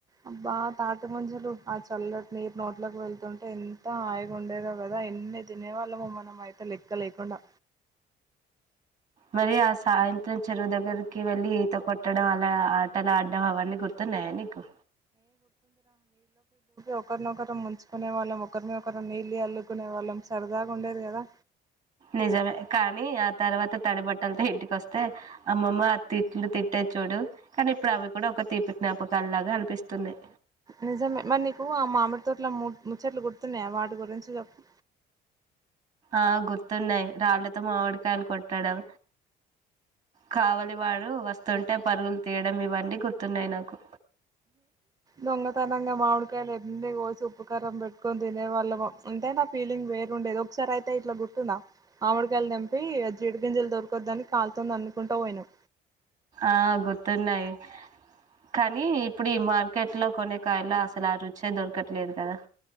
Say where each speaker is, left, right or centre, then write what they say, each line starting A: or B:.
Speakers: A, on the right (about 20°); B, on the right (about 45°).
A: అబ్బా తాటి ముంజలు ఆ చల్లటి నీరు నో ట్లోకి వెళ్తుంటే ఎంత హాయిగా ఉండేదో కదా ఎన్ని తినే వాళ్ళమో మనం అయితే లెక్క లేకుండా
B: మరి ఆ సాయంత్రం చెరువు దగ్గరికి వెళ్ళి ఈత కొట్టడం అలా ఆటలాడడం అవన్నీ గుర్తున్నాయా నీకు
A: ఒకరినొకరు ముంచుకునే వాళ్ళం ఒకరినొకరు నీళ్ళ జల్లుకునే వాళ్ళం సరదాగా ఉండేది కదా
B: నిజమే కానీ ఆ తర్వాత తడి బట్టలతో ఇంటికి వస్తే అమ్మమ్మ ఆ తిట్లు తిట్టేది చూడు కానీ ఇప్పుడు అవి కూడా ఒక తీపి జ్ఞాపకాలు లాగా అనిపిస్తున్నాయి
A: నిజమే మరి నీకు ఆ మామిడితోటలో ము ముచ్చట్లు గుర్తున్నాయా వాటి గురించి చెప్పు
B: ఆ గుర్తున్నాయి రాళ్లతో మామిడికాయలు కొట్టడం కావలి వాడు వస్తుంటే పరుగులు తీయడం ఇవన్నీ గుర్తున్నాయి నాకు
A: దొంగతనంగా మామిడికాయలు ఎన్ని కోసి ఉప్పుకారం పెట్టుకొని తినే వాళ్ళం ఎంతైనా ఫీలింగ్ వేరుండేదో సరే అయితే ఇట్లా గుర్తుందా మామిడికాయలు తెంపి జీడ గింజలు దొరకొద్దని అని కాల్ తో తన్నుకుంటా పోయినం
B: ఆ గుర్తున్నాయి కానీ ఇప్పుడు ఈ మార్కెట్ లో కొనే కాయల్లో అసలు ఆ రుచే దొరకట్లేదు కదా